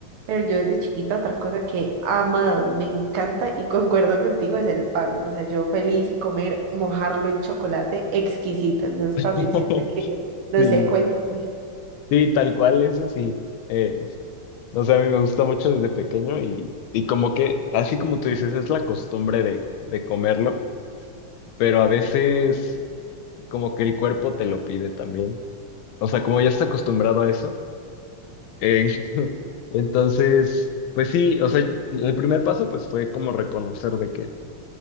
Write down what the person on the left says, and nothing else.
<laughs>
sí,
sí, tal cual, eso sí. Eh, no sé, a mí me gusta mucho desde pequeño y, y como que, así como tú dices, es la costumbre de, de comerlo, pero a veces como que el cuerpo te lo pide también. O sea, como ya está acostumbrado a eso. eh, <laughs> entonces, pues sí, o sea, el primer paso pues fue como reconocer de que